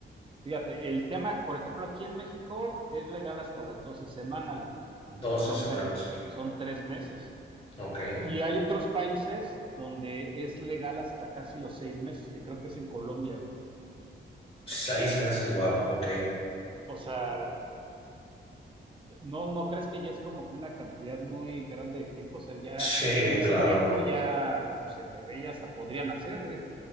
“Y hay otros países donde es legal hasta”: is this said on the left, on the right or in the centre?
Right